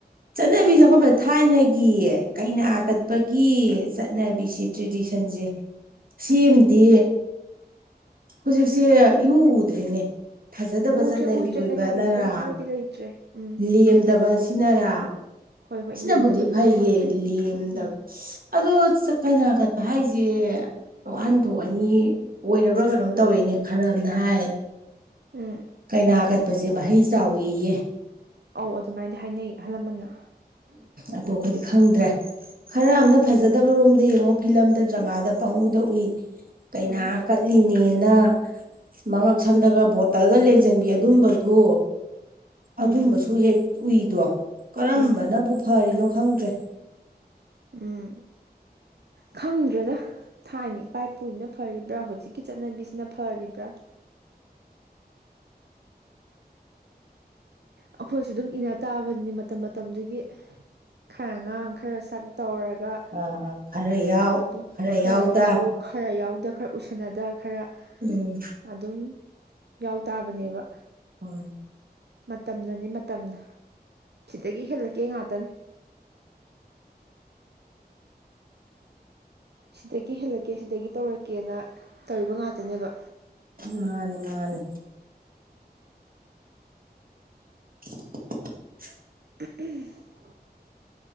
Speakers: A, on the right; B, on the right.
A: ꯆꯠꯅꯕꯤꯁꯦ ꯆꯥꯎꯈꯠꯄ ꯊꯥꯏꯅꯒꯤ ꯀꯩꯅꯥ ꯀꯠꯄꯒꯤ ꯆꯠꯅꯕꯤꯁꯤ ꯇ꯭ꯔꯦꯗꯤꯁꯟꯁꯦ ꯁꯤꯑꯝꯗꯤ ꯍꯧꯖꯤꯛꯁꯦ ꯏꯎ ꯎꯗ꯭ꯔꯦꯅꯦ꯫ ꯐꯖꯗꯕ
B: ꯎꯗ꯭ꯔꯦ
A: ꯆꯠꯅꯕꯤ
B: ꯎꯗ꯭ꯔꯦ
A: ꯑꯣꯏꯕꯅꯔꯥ
B: ꯀꯩꯅꯥ ꯀꯠꯄꯒꯤ ꯆꯠꯅꯕꯤ ꯂꯩꯇ꯭ꯔꯦ ꯎꯝ
A: ꯂꯦꯝꯗꯕꯁꯤꯅꯔꯥ
B: ꯍꯣꯏ ꯍꯣꯏ
A: ꯁꯤꯅꯕꯨꯗꯤ
B: ꯂꯦꯝꯗꯕꯗꯨꯅ
A: ꯐꯩꯌꯦ
B: ꯑꯣꯏꯗꯣꯏꯅꯤ
A: ꯂꯦꯝꯗ
B: ꯎꯝ
A: ꯑꯗꯣ ꯀꯩꯅꯥ ꯀꯠꯄ ꯍꯥꯏꯁꯦ ꯋꯥꯍꯟꯊꯣꯛ ꯑꯅꯤ ꯑꯣꯏꯔꯕ꯭ꯔꯥ ꯀꯩꯅꯣꯝ ꯇꯧꯔꯤꯅꯦ ꯈꯔ ꯑꯝꯅ ꯍꯥꯏ
B: ꯎꯝ
A: ꯀꯩꯅꯥ ꯀꯠꯄꯁꯦ ꯃꯍꯩ ꯆꯥꯎꯋꯤꯌꯦ꯫
B: ꯑꯧ ꯑꯗꯨꯃꯥꯏꯗꯤ ꯍꯥꯏꯅꯩ ꯑꯍꯜ ꯂꯃꯟꯅ꯫
A: ꯑꯗꯨ ꯑꯩꯈꯣꯏꯗꯤ ꯈꯪꯗ꯭ꯔꯦ꯫ ꯈꯔ ꯑꯝꯅ ꯐꯖꯗꯕ ꯔꯣꯝꯗ ꯌꯦꯡꯉꯣ ꯐꯤꯂꯝꯗ ꯗ꯭ꯔꯃꯥꯗ ꯄꯪ ꯎꯗ ꯎꯏ꯫ ꯀꯩꯅꯥ
B: ꯎꯝ
A: ꯀꯠꯂꯤꯅꯦꯅ ꯃꯉꯛ ꯁꯝꯗꯒ ꯕꯣꯠ ꯇꯜꯒ ꯂꯦꯡꯁꯤꯟꯕꯤ ꯑꯗꯨꯝꯕꯗꯨ
B: ꯎꯝ
A: ꯑꯗꯨꯝꯕꯁꯨ ꯍꯦꯛ ꯎꯏꯗꯣ꯫ ꯀꯔꯝꯕꯅꯕꯨ
B: ꯎꯝ
A: ꯐꯔꯤꯅꯣ ꯈꯪꯗ꯭ꯔꯦ꯫
B: ꯎꯝ ꯈꯪꯗ꯭ꯔꯣꯗ ꯊꯥꯏꯅ ꯏꯄꯥꯏ ꯄꯨꯨꯁꯤꯅ ꯐꯔꯤꯕ꯭ꯔꯥ ꯍꯧꯖꯤꯛꯀꯤ ꯆꯠꯅꯕꯤꯁꯤꯅ ꯐꯔꯤꯕ꯭ꯔꯥ꯫ ꯑꯩꯈꯣꯏꯁꯨ ꯑꯗꯨꯝ ꯏꯅ ꯇꯥꯕꯅꯤꯅꯦ ꯃꯇꯝ ꯃꯇꯝꯗꯨꯒꯤ꯫ ꯈꯔ ꯉꯥꯡ ꯈꯔ ꯁꯛ ꯇꯧꯔꯒ
A: ꯑ ꯈꯔ ꯌꯥꯎ
B: ꯑꯗꯨꯝ ꯈꯔ
A: ꯌꯥꯎꯗ
B: ꯌꯥꯎ ꯈꯔ ꯌꯥꯎꯗ ꯈꯔ ꯎꯁꯟꯅꯗ ꯈꯔ
A: ꯎꯝ꯫
B: ꯑꯗꯨꯝ ꯌꯥꯎ ꯇꯥꯕꯅꯦꯕ꯫
A: ꯎꯝ꯫
B: ꯃꯇꯝꯅꯅꯦ ꯃꯇꯝꯅ ꯁꯤꯗꯒꯤ ꯍꯦꯜꯂꯛꯀꯦ ꯉꯥꯛꯇꯅꯦ꯫ ꯁꯤꯗꯒꯤ ꯍꯦꯜꯂꯛꯀꯦ ꯁꯤꯗꯒꯤ ꯇꯧꯔꯛꯀꯦꯅ ꯇꯧꯏꯕ ꯉꯥꯛꯇꯅꯦꯕ꯫
A: ꯃꯥꯅꯦ ꯃꯥꯅꯦ꯫ <inaudible>
B: <unintelligible>